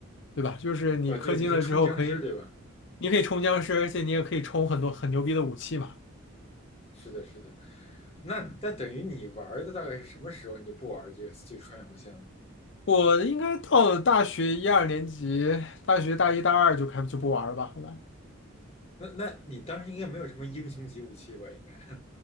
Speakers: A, on the left; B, on the left.
A: 对吧？就是你氪金了之后可以，
B: 啊，对，你可以冲僵尸，对吧？
A: 你可以冲僵尸，而且你也可以冲很多很牛逼的武器嘛。
B: 是的，是的。那那等于你玩的大概是什么时候你就不玩这个这个穿越火线了？
A: 我应该到了大学一二年级，大学大一大二就开就不玩了吧，后来。
B: 那那你当时应该没有什么英雄级武器吧？应该 <laughs>